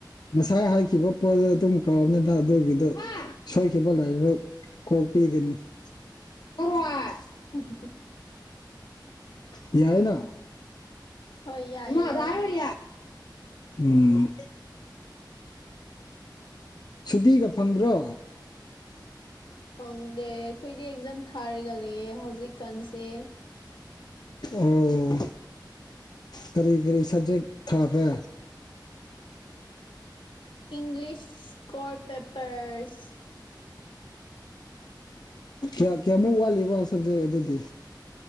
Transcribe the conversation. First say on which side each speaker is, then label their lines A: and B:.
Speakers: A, on the left; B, on the left.
A: ꯉꯁꯥꯏ ꯍꯥꯏꯈꯤꯕ ꯄꯣꯠꯗꯣ ꯑꯗꯨꯝ ꯀꯧꯕꯅꯤꯗ ꯑꯗꯨꯒꯤꯗꯨ ꯁꯣꯏꯈꯤꯕ ꯂꯥꯏꯔ ꯀꯣꯛꯄꯤꯒꯅꯤ <unintelligible>
B: ꯍꯝ ꯍꯝ
A: ꯌꯥꯏꯅ
B: ꯍꯣꯏ ꯌꯥꯏꯌꯦ
A: <unintelligible>
B: ꯌꯥꯏ
A: ꯎꯝ ꯁꯨꯇꯤꯒ ꯐꯪꯗ꯭ꯔꯣ
B: ꯈꯪꯗꯦ ꯑꯩꯈꯣꯏꯗꯤ ꯑꯦꯛꯖꯥꯝ ꯊꯥꯔꯤꯒ ꯂꯩꯌꯦ ꯍꯧꯖꯤꯛꯀꯥꯟꯁꯦ
A: ꯑꯣ ꯀꯔꯤ ꯀꯔꯤ ꯁꯕꯖꯦꯛ ꯊꯥꯈ꯭ꯔꯦ
B: ꯏꯪꯂꯤꯁ ꯀꯣꯔ ꯄꯦꯄꯔꯁ
A: ꯑꯣ ꯀꯌꯥꯃꯨꯛ ꯋꯥꯠꯂꯤꯕ ꯁꯕꯖꯦꯛ ꯑꯗꯨꯗꯤ